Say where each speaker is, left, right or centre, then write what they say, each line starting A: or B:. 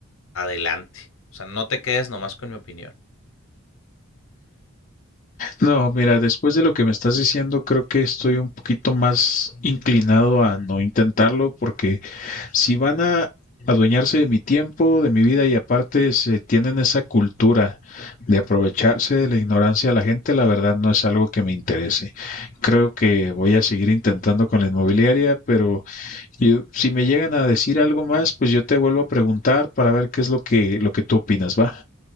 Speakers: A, on the left; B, on the left.
A: adelante. O sea, no te quedes nomás con mi opinión.
B: No, mira, después de lo que me estás diciendo, creo que estoy un poquito más inclinado a no intentarlo porque si van a adueñarse de mi tiempo, de mi vida y aparte se tienen esa cultura de aprovecharse de la ignorancia de la gente, la verdad no es algo que me interese. Creo que voy a seguir intentando con la inmobiliaria, pero yo- si me llegan a decir algo más, pues yo te vuelvo a preguntar para ver qué es lo que lo que tú opinas, ¿va?